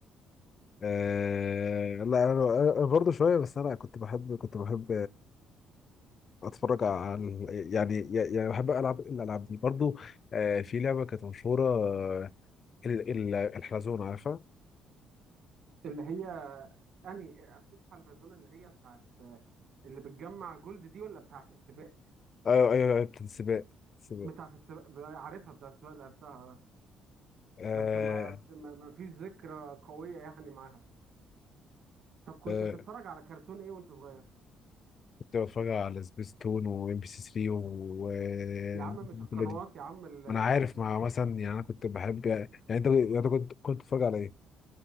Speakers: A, on the left; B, on the right.
A: آه، لا انا أنا برضه شويه بس انا كنت بحب كنت بحب اتفرج على يعني يعني بحب العب الالعاب دي برضه آه، في لعبه كانت مشهوره آه، ال- ال- الحلزون عارفها
B: اللي هي اني افوز على الزون اللي هي بتاعت اللي بتجمع جولد دي ولا بتاعت السباق
A: ايوه ايوه أيوة، بتاعت السباق السباق
B: بتاعت السباق عارفها بتاعت السباق لعبتها آه.
A: آه
B: بس ما ما ما فيش ذكرى قوية يعني معاها طب كنت
A: آه
B: بتتفرج على كرتون ايه وانت صغير
A: كنت بتفرج على سبيس تون وام بي سي 3 و الجملة
B: يا عم مش القنوات
A: دي.
B: يا عم ال-
A: ما انا عارف مع مثلا يعني انا كنت بحب يعني يعني انت انت كنت كنت بتتفرج على ايه؟